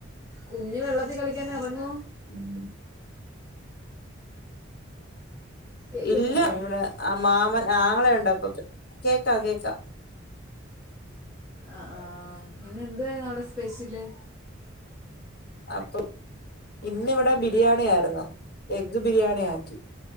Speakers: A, on the right; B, on the left.
A: കുഞ്ഞ് വെള്ളത്തിൽ കളിക്കാൻ എറങ്ങോ
B: ഉം
A: കേൾക്കുന്നില്ലേ
B: ഇല്ല നിങ്ങ ആ മാമൻ ആങ്ങളെ ഉണ്ട് അപ്പ കേക്ക കേക്കാം
A: ആ ആ ഹ് പിന്നെ എന്തുരുന്നു അവിടെ സ്പെഷ്യല്
B: അപ്പൊ ഇന്നിവിടെ ബിരിയാണി ആയിരുന്നു എഗ്ഗ് ബിരിയാണി ആക്കി